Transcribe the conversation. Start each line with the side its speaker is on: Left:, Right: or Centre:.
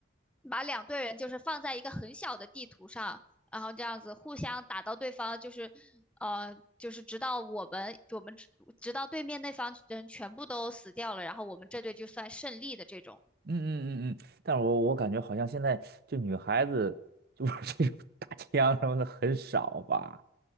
Centre: 把两队人就是放在一个很小的地图上，然后这样子互相打到对方，就是呃就是直到我们我们直直到对面那方人全部都死掉了，然后我们这队就算胜利的这种。
Right: 嗯嗯嗯嗯，但是我我感觉好像现在就女孩子就 <laughs> 玩这种打枪什么的很少吧，